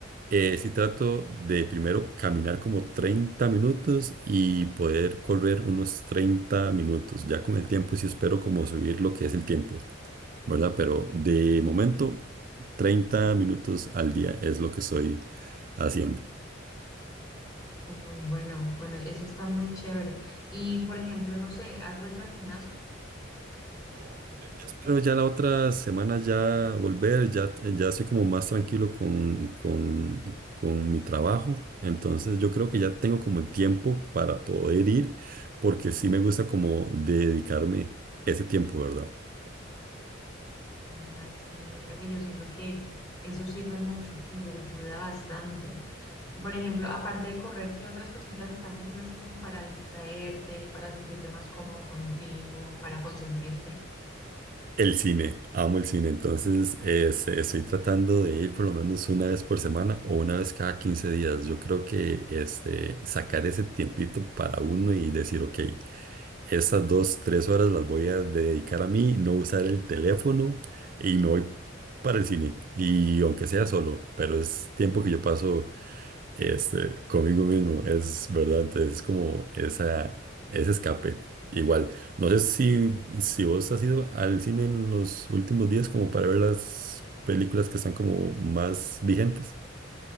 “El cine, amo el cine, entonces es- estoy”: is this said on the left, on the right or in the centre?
Right